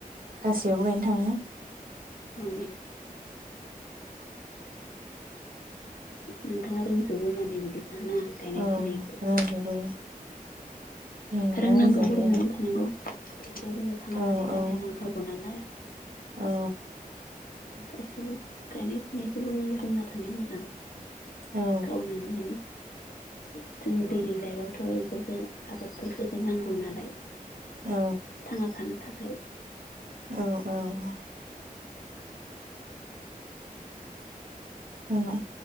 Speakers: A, on the right (about 70°); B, on the left (about 70°).
A: गासैयावबो गायनो थाङो।
B: <unintelligible> <unintelligible> नोंथांङा रोंजोबो माने बिदि <inaudible> दाना गायनाय
A: औ
B: फुनाखौ
A: रोंजोबो रोंनाया
B: रोंनांगौ
A: रोंजोबो
B: रोंनानै थानांगौ बे जोंनो थांना
A: औ
B: थानायनि
A: औ
B: थाखाय नांथारगौ नालाय
A: औ
B: गासैबो गायनाय फुनायखौबो रोंना थानाया मोजां। <inaudible>
A: औ
B: <unintelligible> जोंनि दैलि लाइफआवथ' इफोरखो आबादफोरखौथ' नांगौ नालाय
A: औ
B: थांना थानो थाखाय
A: औ औ रोङा।